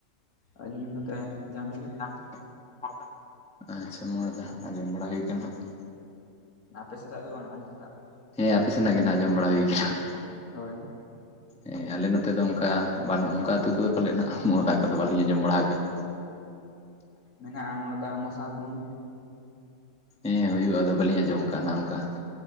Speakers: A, on the left (about 55°); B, in the centre.
A: ᱟᱞᱤᱧ ᱱᱚᱛᱮ <unintelligible>
B: <unintelligible> ᱢᱚᱲᱫᱟ ᱾ ᱟᱪᱪᱷᱟ ᱢᱚᱲᱫᱟ ᱟᱸᱡᱚᱢ ᱵᱟᱲᱟ ᱦᱩᱭ ᱠᱟᱱᱟ ᱱᱟᱦᱟᱜ ᱾
A: ᱟᱯᱮ ᱥᱮᱫᱟᱜ ᱫᱚ ᱵᱟᱝ ᱟᱞᱮ ᱥᱮᱫᱟᱜ ᱾
B: ᱦᱮᱸ ᱟᱯᱮ ᱥᱮᱱᱟᱜ ᱜᱮ ᱱᱟᱜ ᱟᱸᱡᱚᱢ ᱵᱟᱲᱟ ᱦᱩᱭ ᱠᱟᱱᱟ ᱾
A: ᱦᱳᱭ ᱾
B: ᱦᱮᱸ ᱟᱞᱮ ᱱᱚᱛᱮ ᱫᱚ ᱚᱱᱠᱟ ᱵᱟᱹᱱᱩᱜ-ᱟ ᱚᱱᱠᱟ ᱟᱹᱛᱩ ᱠᱚᱫᱚ ᱯᱟᱞᱮᱫ ᱱᱟᱜ ᱢᱚᱬᱫᱟ ᱠᱚᱫᱚ ᱵᱟᱞᱤᱧ ᱟᱸᱡᱚᱢ ᱵᱟᱲᱟ ᱟᱠᱟᱫ-ᱟ ᱾
A: ᱢᱮᱱᱟᱜ-ᱟ ᱢᱚᱬᱫᱟ ᱢᱚᱥᱟ ᱵᱚᱱᱤ ᱾
B: ᱦᱮᱸ ᱦᱩᱭᱩᱜ-ᱟ ᱟᱫᱚ ᱵᱟᱹᱞᱤᱧ ᱟᱸᱡᱚᱢ ᱟᱠᱟᱫ-ᱟ ᱱᱚᱝᱠᱟ ᱾